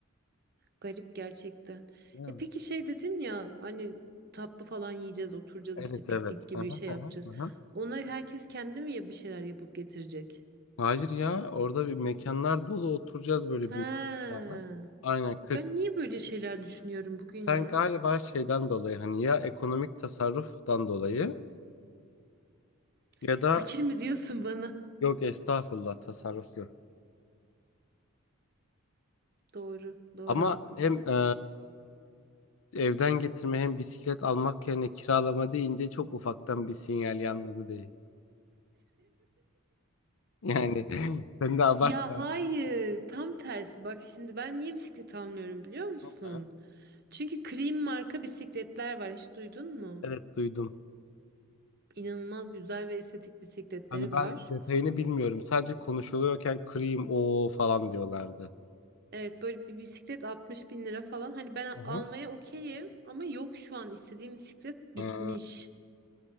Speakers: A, on the right (about 45°); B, on the left (about 60°).
A: Garip gerçekten.
B: Ya.
A: E peki şey dedin ya hani tatlı falan yiyeceğiz, oturacağız
B: Evet
A: işte piknik
B: evet.
A: gibi
B: Aha,
A: şey
B: aha,
A: yapacağız.
B: aha.
A: Ona herkes kendi mi ya- bir şeyler yapıp getirecek?
B: Hayır ya orada bir mekanlar dolu oturacağız böyle
A: Ha.
B: büyük mekana. Aynen 40.
A: Ben niye böyle şeyler düşünüyorum bugün
B: Sen
A: ya?
B: galiba şeyden dolayı hani ya ekonomik tasarruftan dolayı
A: <laughs>
B: ya da
A: Fakir mi diyorsun bana?
B: yok estağfurullah tasarruflu.
A: Doğru, doğru
B: Ama
A: haklısın.
B: hem e, evden getirme hem bisiklet almak yerine kiralama deyince çok ufaktan bir sinyal yanmadı değil. Yani <laughs> sen de abartma.
A: Ya hayır, tam tersi. Bak şimdi ben niye bisiklet almıyorum biliyor musun?
B: <laughs>
A: Çünkü Cream marka bisikletler var. Hiç duydun mu?
B: Evet duydum.
A: İnanılmaz güzel ve estetik bisikletleri
B: Hani ben
A: var.
B: detayını bilmiyorum. Sadece konuşuluyorken kırayım o falan diyorlardı.
A: Evet böyle bir bisiklet 60 bin lira falan. Hani ben a-
B: Hı hı.
A: almaya okeyim ama yok şu an istediğim bisiklet bitmiş.
B: Ee,